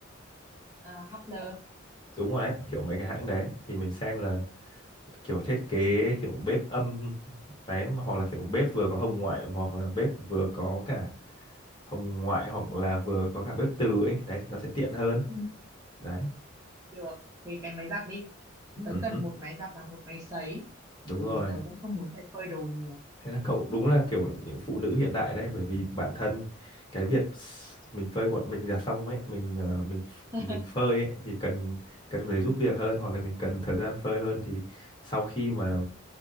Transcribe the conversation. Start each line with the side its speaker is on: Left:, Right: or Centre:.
Right: à, Hubler
Left: đúng rồi đấy kiểu mấy cái hãng đấy thì mình xem là kiểu thiết kế kiểu bếp âm đấy mà hoặc là kiểu bếp vừa có hồng ngoại hoặc là bếp vừa có cả hồng ngoại hoặc là vừa có cả bếp từ ấy đấy thì nó sẽ tiện hơn
Right: ừ.
Left: đấy
Right: được thì cái máy giặt đi
Left: ừ.
Right: tớ cần
Left: hứ,
Right: một máy giặt và một máy sấy
Left: đúng
Right: bởi
Left: rồi
Right: vì tớ cũng không muốn phải phơi đồ nhiều
Left: thế là cậu đúng là kiểu những phụ nữ hiện đại đấy bởi vì bản thân cái việc s- mình phơi quần mình là xong ấy mình ờ, mình
Right: <laughs>
Left: mình phơi ấy thì cần cần người giúp việc hơn hoặc là mình cần thời gian phơi hơn thì sau khi mà